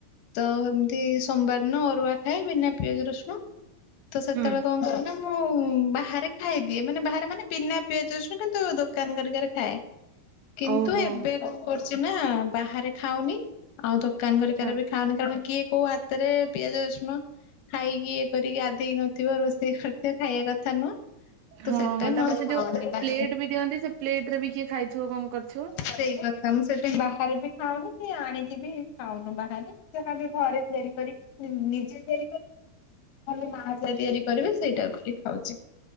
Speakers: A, on the left; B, on the right.
A: ତ ଏମିତି ସୋମବାର ଦିନ ଅରୁଆ ଖାଏ, ବିନା ପିଆଜ ରସୁଣ। ତ ସେତେଳେ
B: ହୁଁ
A: କଣ କରୁ ନା ମୁଁ ବାହାରେ ଖାଇଦିଏ ମାନେ ବାହାରେ ମାନେ ବିନା ପିଆଜ ରସୁଣ କିନ୍ତୁ ଦୋକାନ ହେରିକରେ ଖାଏ, କିନ୍ତୁ
B: ଓହୋ
A: ଏବେ କଣ କରୁଚି ନା ବାହାରେ ଖାଉନି। ଆଉ ଦୋକାନ ଗରିକାରେ
B: ହଁ
A: ବି ଖାଉନି କାରଣ କିଏ କୋଉ ହା ତରେ ପିଆଜ ରସୁଣ ଖାଇକି ଇଏ କରିକି ଆଧେଇ ନଥିବ ରୋଷେଇ କରିଥିବ ଖାଇଆ କଥା ନୁହଁ। ତ
B: ହଁ
A: ସେଥିପାଇଁ
B: ହଁ ତାପରେ
A: ମୁଁ
B: ସେ
A: ଆଉ
B: ଯୋଉ
A: ଖାଉନି
B: ପ୍ଲେଟ
A: ବାହାରେ।
B: ବି ଦିଅନ୍ତି ସେ ପ୍ଲେଟ ରେ ବି କିଏ ଖାଇଥିବ କଣ କରିଥିବ?
A: ସେଇ କଥା ମୁଁ ସେଥିାଇଁ ବାହାରେ ବି ଖାଉନି କି ଆଣିକି ବି ଖାଉନୁ ବାହାରେ ଯାହା ବି ଘରେ ତିଆରି କରି ନିଜେ ତିଆରି କରିବି ଖଲି ମା ଯାହା ତିଆରି କରିବେ ସେଇଟାକୁ ଟିକେ ଖାଉଚି।